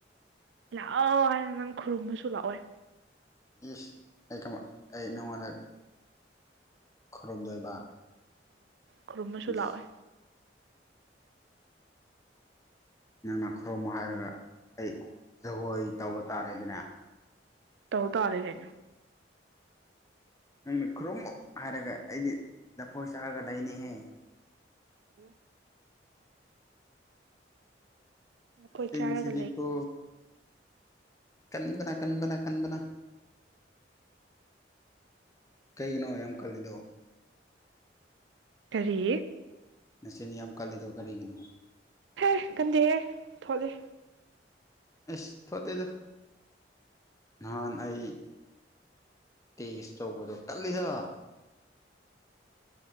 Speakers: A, on the right (about 75°); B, on the left (about 20°).
A: ꯂꯥꯛꯑꯣ ꯍꯥꯏꯅ ꯅꯪ ꯈꯨꯔꯨꯝꯃꯁꯨ ꯂꯥꯛꯑꯣꯏ
B: ꯏꯁ ꯑꯩ ꯀꯃ ꯑꯩ ꯅꯉꯣꯟꯗ ꯈꯨꯔꯨꯝꯗꯣꯏꯕ
A: ꯈꯨꯔꯨꯝꯃꯁꯨ
B: ꯏꯁ
A: ꯂꯥꯛꯑꯣꯏ
B: ꯅꯪꯅ ꯈꯨꯔꯨꯝꯃꯣ ꯍꯥꯏꯔꯒ ꯑꯩ ꯖꯒꯣꯏ ꯇꯧꯕ ꯇꯥꯔꯦꯗꯅ
A: ꯇꯧ ꯇꯥꯔꯦ ꯀꯩꯅꫭ
B: ꯅꯪꯅ ꯈꯨꯔꯨꯝꯃꯨꯛ ꯍꯥꯏꯔꯒ ꯑꯩꯗꯤ ꯂꯐꯣꯏ ꯆꯥꯔꯒ ꯂꯩꯅꯤꯍꯦ
A: ꯑꯦ ꯂꯐꯣꯏ
B: ꯇꯤꯟ
A: ꯆꯥꯔꯒ
B: ꯁꯤꯗꯤ
A: ꯂꯩ
B: ꯀꯣ ꯀꯟꯕꯅ ꯀꯟꯕꯅ ꯀꯟꯕꯅ ꯀꯩꯒꯤꯅꯣ ꯌꯥꯝ ꯀꯜꯂꯤꯗꯣ
A: ꯀꯔꯤ
B: ꯅꯆꯤꯟ ꯌꯥꯝ ꯀꯜꯂꯤꯗꯣ ꯀꯔꯤꯒꯤꯅꯣ
A: ꯑꯦ ꯀꯟꯗꯦꯍꯦ ꯊꯣꯠꯂꯤ
B: ꯏꯁ ꯊꯣꯠꯇꯦꯗ ꯅꯍꯥꯟ ꯑꯩ ꯇꯦꯁ ꯇꯧꯕꯗꯣ ꯀꯜꯂꯤꯗ